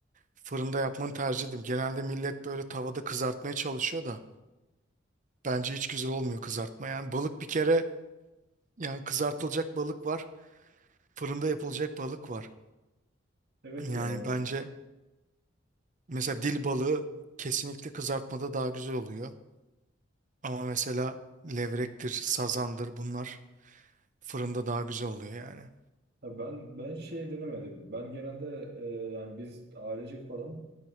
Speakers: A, on the right (about 40°); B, on the right (about 55°).
A: fırında yapmanı tercih ederim. Genelde millet böyle tavada kızartmaya çalışıyor da bence hiç güzel olmuyor kızartma. Yani balık bir kere yani kızartılacak balık var, fırında yapılacak balık var.
B: evet
A: Yani
B: ya.
A: bence mesela dil balığı kesinlikle kızartmada daha güzel oluyor. Ama mesela levrektir, sazandır bunlar fırında daha güzel oluyor yani.
B: Ya ben ben şey denemedim. Ben genelde e, yani biz ailecek falan